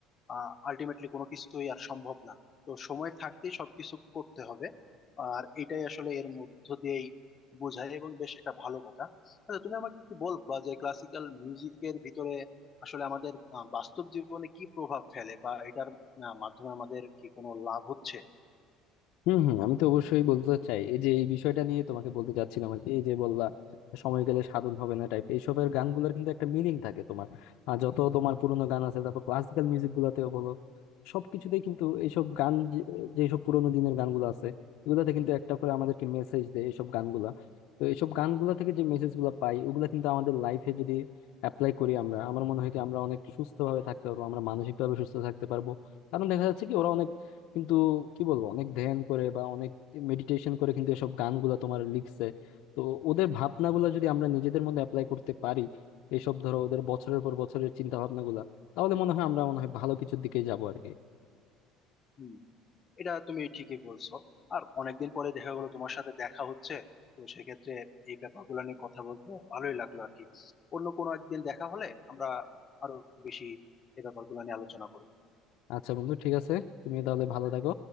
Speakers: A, on the left; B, on the left.
A: আহ আলটিমেটলি কোনো কিছুই আর সম্ভব না তো সময় থাকতেই সবকিছু করতে হবে আর এটাই আসলে এর মধ্য দিয়েই বোঝায় এবং বেশ একটা ভালো কথা আচ্ছা তুমি আমাকে কি বলবা যে ক্লাসিক্যাল মিউজিকের ভিতরে আসলে আমাদের আহ, বাস্তব জীবনে কি প্রভাব ফেলে বা এটার না মাধ্যমে আমাদের কি কোনো লাভ হচ্ছে
B: হম হম আমি তো অবশ্যই বলতে চাই এই যে এই বিষয়টা নিয়ে তোমাকে বলতে চাচ্ছিলাম আর কি এই যে বললা সময় গেলে সাধন হবে না টাইপ এইসবের গানগুলোর কিন্তু একটা মিনিং থাকে তোমার আর যত তোমার পুরোনো গান আছে তারপর ক্লাসিক্যাল মিউজিক গুলাতেও বলো সবকিছুতেই কিন্তু এইসব গান যে- যেসব পুরোনো দিনের গানগুলো আছে এগুলাতে কিন্তু একটা করে আমাদেরকে মেসেজ দেয় এইসব গানগুলা তো এইসব গানগুলা থেকে যে মেসেজ গুলা পাই ওগুলা কিন্তু আমাদের লাইফে যদি অ্যাপ্লাই করি আমরা আমার মনে হয় কি আমরা অনেক সুস্থ ভাবে থাকতে পারবো আমরা মানসিক ভাবে সুস্থ থাকতে পারবো কারণ দেখা যাচ্ছে কি ওরা অনেক কিন্তু কি বলবো অনেক ধ্যান করে বা অনেক মেডিটেশন করে কিন্তু এসব গানগুলা তোমার লিখছে তো ওদের ভাবনাগুলা যদি আমরা নিজেদের মধ্যে অ্যাপ্লাই করতে পারি এসব ধরো ওদের বছরের পর বছরের চিন্তা ভাবনাগুলা তাহলে মনে হয় আমরা মনে হয় ভালো কিছুর দিকে যাবো আর কি
A: হুম এটা তুমি ঠিকই বলছো আর অনেকদিন পরে দেখা গেলো তোমার সাথে দেখা হচ্ছে তো সেক্ষেত্রে এই ব্যাপারগুলো নিয়ে কথা বলতে ভালোই লাগলো আর কি অন্য কোনো একদিন দেখা হলে আমরা আরো বেশি এই ব্যাপারগুলো নিয়ে আলোচনা করবো
B: আচ্ছা বন্ধু ঠিক আছে তুমি তাহলে ভালো থাকো